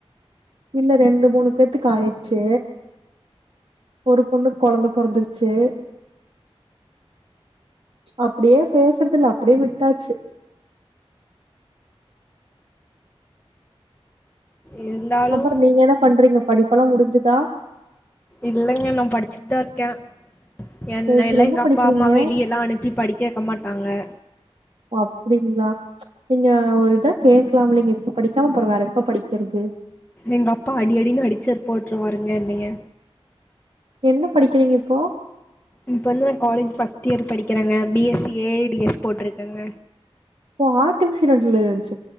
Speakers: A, on the right (about 75°); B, on the left (about 15°).
A: இல்ல ரெண்டு மூணு பேத்துக்கு ஆயிருச்சு ஒரு பொண்ணு கொழந்த பொறந்துருச்சு அப்புடியே பேசுறதுல அப்டியே விட்டாச்சு
B: இருந்தாலும்
A: அப்புற நீங்க என்ன பண்றீங்க படிப்பல்லா முடிஞ்சு தா
B: இல்லங்க நானபடிச்சுட்டு தா இருக்கே என்ன்
A: சரி சரி
B: எல்லா
A: என்ன
B: எங்க
A: படிக்கிறீங்க
B: அப்பா அம்மா வெளிய எல்லாம் அனுப்பி படிக்க வக்க மாட்டாங்க
A: அப்டிங்களா நீங்க ஒரு இதா கேட்கலாம்லைங்க இப்ப படிக்காம அப்பற வேற எப்போ படிக்கிறது
B: எங்க அப்பா அடி அடினு அடிச்சர் போட்டுருவாருங்க என்னய
A: என்ன படிக்கிறீங்க இப்போ
B: இப்ப வந்து நா காலேஜ் ஃபஸ்ட் இயர் படிக்கிறேங்க பிஎஸ்சி ஏ ஏ டிஎஸ் போட்டிருக்கேங்க
A: இது ஆர்டிபிஷியல் இன்ட்டலிஜன்ஸ்